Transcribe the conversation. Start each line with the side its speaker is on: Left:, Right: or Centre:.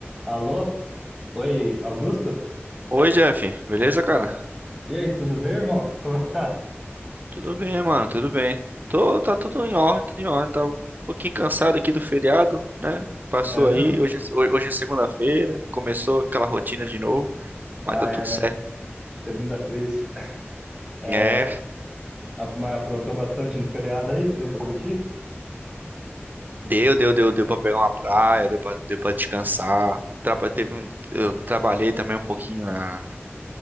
Centre: Alô? Oi, Augusto?
Right: Oi, Jeff. Beleza, cara?
Centre: E aí, tudo bem, irmão? Como é que tá?
Right: Tudo bem, mano, tudo bem. Tô, tá tudo em ordem, tudo em ordem. Tá um pouquinho cansado aqui do feriado, né? Passou
Centre: É mesmo?
Right: aí, hoje, é- hoje é segunda-feira, começou aquela rotina de novo, mas
Centre: Ah,
Right: tá
Centre: é,
Right: tudo
Centre: né?
Right: certo.
Centre: Segunda triste. É,
Right: É,
Centre: a- mas aprontou bastante no feriado aí? Deu pra curtir?
Right: deu, deu, deu, deu pra pegar uma praia, deu pra, deu pra descansar. Traba, teve um, eu trabalhei também um pouquinho na,